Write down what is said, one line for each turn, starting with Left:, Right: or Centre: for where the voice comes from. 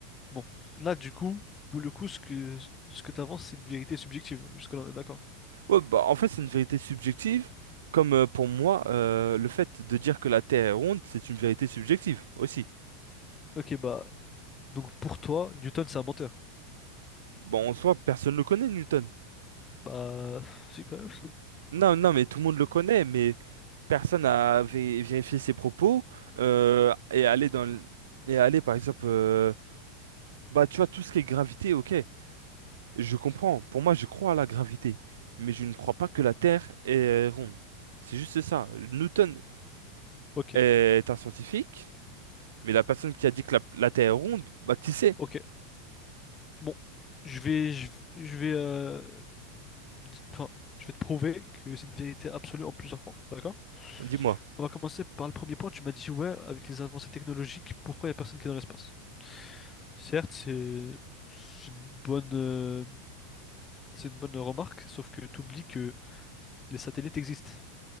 Left: bon, là du coup, pour le coup, ce que ce que t'avances, c'est une vérité subjective. Jusque-là, on est d'accord.
Right: Ouais, bah, en fait, c'est une vérité subjective, comme euh, pour moi, euh, le fait de dire que la Terre est ronde, c'est une vérité subjective aussi.
Left: Ok, bah donc pour toi, Newton c'est un menteur.
Right: Bon, en soi, personne ne le connaît, Newton.
Left: Bah si quand même.
Right: Non, non, mais tout le monde le connaît, mais personne n'a vé- vérifié ses propos euh, et aller dans le- et aller par exemple, euh, bah tu vois tout ce qui est gravité, ok, je comprends. Pour moi, je crois à la gravité, mais je ne crois pas que la Terre est euh, ronde. C'est juste ça. Newton
Left: Ok,
Right: est un scientifique, mais la personne qui a dit que la, la Terre est ronde, bah qui sait?
Left: ok. Bon, je vais je, vais, je vais euh, dis- enfin, je vais te prouver que c'est une vérité absolue en plusieurs points, d'accord?
Right: Dis-moi.
Left: On va commencer par le premier point. Tu m'as dit, ouais, avec les avancées technologiques, pourquoi il n'y a personne qui est dans l'espace? Certes, c'est c'est une bonne, euh, c'est une bonne remarque, sauf que tu oublies que les satellites existent